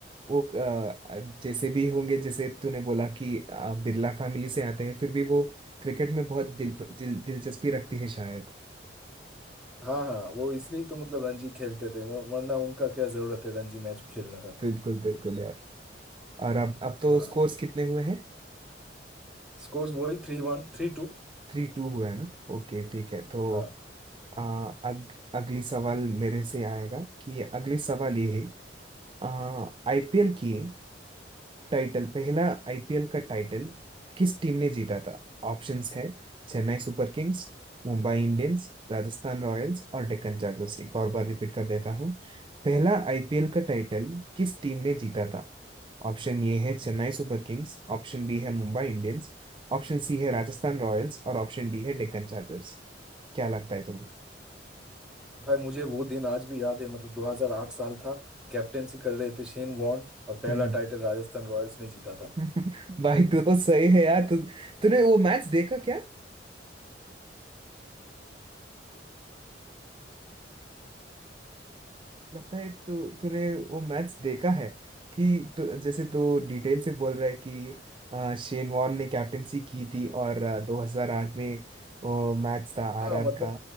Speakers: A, on the right; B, in the centre.
A: वो अ, जैसे भी होंगे जैसे तूने बोला कि अ, बिरला फैमिली से आते हैं फिर भी वो क्रिकेट में बहुत दिल, दिल दिलचस्पी रखती है शायद
B: हाँ हाँ वो इसलिए तो मतलब रणजी खेलते थे वर- वरना उनका क्या जरूरत है रणजी मैच खेलने का
A: बिल्कुल बिल्कुल यार और अब अब तो
B: हाँ
A: स्कोर्स कितने हुए हैं
B: स्कोर्स वही थ्री वन थ्री टू
A: थ्री टू हुआ है ना ओके ठीक है तो
B: हाँ
A: अ, अग, अगली सवाल मेरे से आएगा कि अगली सवाल ये है आईपीएल की टाइटल पहला आईपीएल का टाइटल किस टीम ने जीता था ऑप्शंस है Chennai Super Kings Mumbai Indians Rajasthan Royals और डेक्कन चार्जर्स एक और बार रिपीट कर देता हूँ पहला आईपीएल का टाइटल किस टीम ने जीता था ऑप्शन ए है Chennai Super Kings option B है मुंबई इंडियंस ऑप्शन सी है राजस्थान रॉयल्स और ऑप्शन डी है डेक्कन चार्जर्स क्या लगता है तुम्हें
B: भाई मुझे वो दिन आज भी याद है मतलब 2008 साल था कैप्टेंसी कर रहे थे शेन वॉर्न और पहला
A: हम्म
B: टाइटल राजस्थान रॉयल्स ने जीता था
A: <laughs> भाई तू तो सही है यार तू तूने वो मैच देखा क्या लगता है तू तूने वो मैच देखा है कि तू, जैसे तू डिटेल से बोल रहा है कि आ, शेन वॉर्न ने कैप्टेंसी की थी और आ, 2008 में वो मैच था
B: हाँ
A: आरआर
B: मतलब
A: का